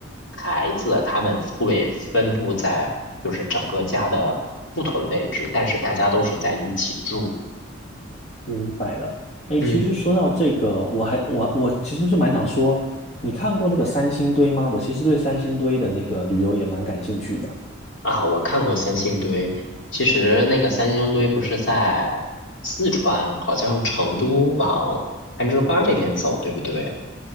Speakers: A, on the left; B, on the left.
A: 孩子，他们会分布在就是整个家的不同位置，但是大家都是在一起住。
B: 明白了。哎，
A: 嗯
B: 其实说到这个，我还我我其实是蛮想说，你看过那个三星堆吗？我其实对三星堆的那个旅游也蛮感兴趣的。
A: 啊，我看过三星堆，其实那个三星堆不是在四川，好像成都往攀枝花这边走，对不对？